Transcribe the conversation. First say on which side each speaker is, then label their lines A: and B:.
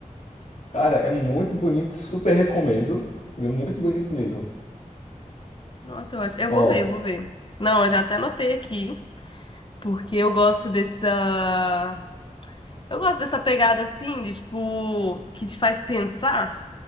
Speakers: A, on the left; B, on the left.
A: Cara, é muito bonito, super recomendo. É muito bonito mesmo.
B: Nossa, eu acho. Eu
A: Ó,
B: vou ver, eu vou ver. Não, eu já até anotei aqui, porque eu gosto dessa. Eu gosto dessa pegada assim, de tipo, que te faz pensar.